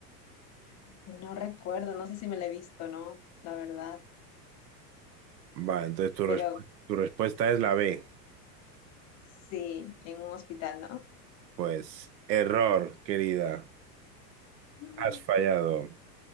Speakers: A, on the left; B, on the right.
A: este, no recuerdo, no sé si me la he visto, ¿no? La verdad,
B: Vale, entonces tu respu-
A: pero
B: tu respuesta es la B.
A: sí, en un hospital, ¿no?
B: Pues error, querida.
A: Mm.
B: Has fallado.